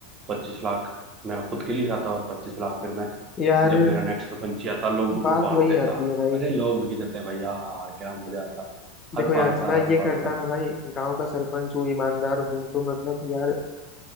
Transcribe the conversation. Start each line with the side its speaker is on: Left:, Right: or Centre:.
Right: पच्चीस लाख मैं खुद के लिए खाता और पच्चीस लाख फिर मैं
Left: यार
Right: जब मेरा नेक्स्ट सरपंची आता लोगों
Left: बात
Right: को बांट
Left: वही
Right: देता
Left: आती है भाई
Right: अरे लोग बिक जाते हैं भाई हाँ क्या मजा आता
Left: देखो
Right: हर
Left: यार
Right: पाँच साल
Left: मैं
Right: हर
Left: ये
Right: पाँच
Left: करता
Right: साल
Left: ना भाई गांव का सरपंच हूँ ईमानदार हूँ तो मतलब यार